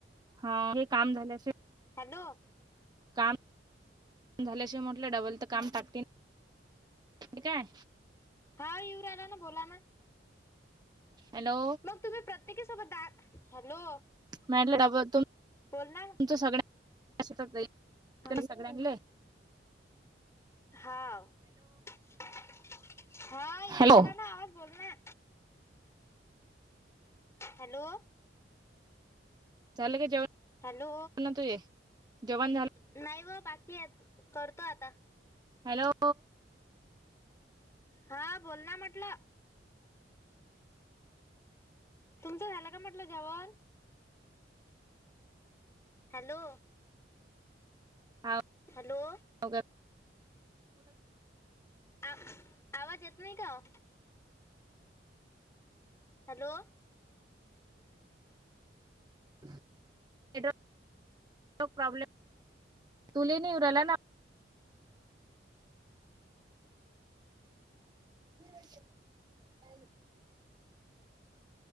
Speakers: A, on the right; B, on the left.
A: हा हे काम झाल्याशिवाय
B: हॅलो,
A: काम झाल्याशिवाय म्हटलं डबल त काम टाकतीन. हे काय.
B: हा येऊ राहीला न बोला न.
A: हॅलो,
B: मग तुम्ही प्रत्येकी सोबत दा हॅलो,
A: म्या <unintelligible> डबल तो
B: बोल ना,
A: च सगळ्यां <unintelligible>
B: हा
A: सगळ्यांनले
B: हाव हा येऊ
A: हॅलो
B: राहीला न आवाज बोल ना, हॅलो,
A: चाल का जेवण?
B: हॅलो,
A: तुझे जेवण झालं
B: नाही व बाकी आहेत करतो आता.
A: हॅलो,
B: हा बोल ना म्हटलं. तुमचं झाला का म्हटलं जेवण? हॅलो,
A: आव
B: हॅलो,
A: उगद
B: आव आवाज येत नाही का ओ? हॅलो, <inaudible>
A: नेटवर्क प्रॉब्लेम तुले नाही येऊ राहिला न, किती पाहिजेत? <unintelligible>